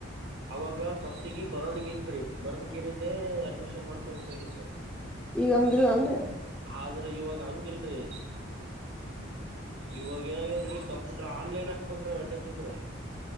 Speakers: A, on the right; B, in the centre.
A: ಅವಾಗ ಫಸ್ಟ್ ಗೆ ಬರವಣಿಗೆ ಇತ್ರಿ ಬರದಕಿರಿಂದೆ ಅಡ್ಮಿಷನ್ ಮಾಡ್ತ ಬೇಕಾಗಿತ್ತು
B: ಈಗ ಹಂಗಿಲ್ಲ ಏನ್ರಿ
A: ಅಂದ್ರ ಇವಾಗ ಹಂಗಿಲ್ರಿ ಇವಾಗ ಏನಾಗ್ಯದ್ರಿ ಕಂಪ್ಯೂಟರ್ ಆನ್ಲೈನ್ ಹಾಕ್ಬೇಕ್ರಿ ಏಟೋತಿದ್ರು